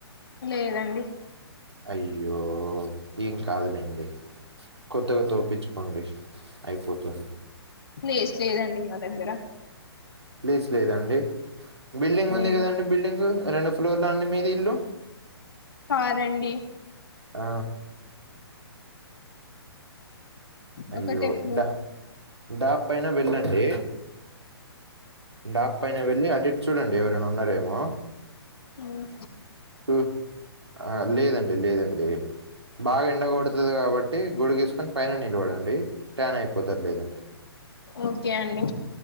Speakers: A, on the left; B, on the right.
A: లేదండి
B: అయ్యో ఏం కాదులేండి కొత్తగా తోపించుకోండి అయిపోతుంది
A: ప్లేస్ లేదండి మా దగ్గర
B: ప్లేస్ లేదండి బిల్డింగ్
A: లేదు
B: ఉంది కదండి బిల్డింగ్ రెండు ఫ్లోర్లా అండి మీ ఇల్లు
A: కాదండి
B: ఆ అయ్యో
A: ఒకటే ఫ్లోర్
B: డాబా పైన వెళ్ళండి డాబ్ పైన వెళ్ళి అటు ఇటు చూడండి ఎవరైనా ఉన్నారేమో
A: ఆమ్
B: ఉమ్ ఆ లేదండి లేదండి బాగా ఎండ కొడుతుంది కాబట్టి గుడి గేసుకొని పైన నిలబడండి ట్యాన్ అయిపోతారు లేదంటే
A: ఓకే అండి